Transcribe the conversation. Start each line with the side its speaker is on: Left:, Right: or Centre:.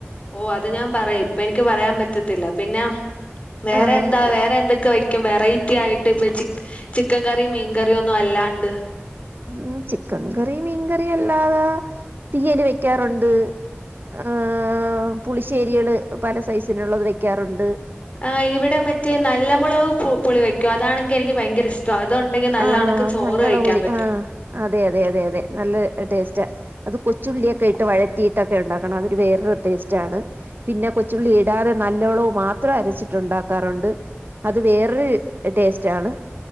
Left: ഓഹ് അത് ഞാൻ പറയും ഇപ്പ എനിക്ക് പറയാൻ പറ്റത്തില്ല പിന്നെ. വേറെ
Right: ആഹ്
Left: എന്താ വേറെന്തൊ ക്കെ വെക്കും വെറൈറ്റി ആയിട്ട്. ഇപ്പ ചി ചിക്കൻ കറീം മീൻ കറീം ഒന്നു അല്ലാണ്ട്.
Right: ഉം ചിക്കൻ കറി മീൻ കറിയല്ലാതെ തീയല് വെക്കാറുണ്ട്. ആഹ് പുളിശ്ശേരിയേള് പല സൈസിലുള്ളത് വെയ്ക്കാറുണ്ട്.
Left: ആഹ് ഇവിടെ മറ്റേ നല്ല മുളക് പൊ പുളി വെ ക്കുവതാണെങ്കി എനിക്ക് ഭയങ്കര ഇഷ്ടാ. അതൊണ്ടെങ്കി നല്ലാണക്ക്
Right: ആഹ്
Left: ചോറ്
Right: നല്ലോള
Left: കഴിയ്ക്കാൻ
Right: പുളി
Left: പറ്റും.
Right: ആഹ് അതെ അതെ അതെയതെ നല്ല ടേസ്റ്റാ അത് കൊച്ചുള്ളിയൊക്കെയിട്ട് വഴറ്റിയിട്ടൊക്കെ ഉണ്ടാക്കണം അതൊരു വേറൊരു ടേസ്റ്റാണ്. പിന്നെ കൊച്ചുള്ളി ഇടാതെ നല്ലോളവു മാത്രം അരച്ചിട്ടുണ്ടാക്കാറുണ്ട്. അത് വേറൊരു ടേസ്റ്റാണ്.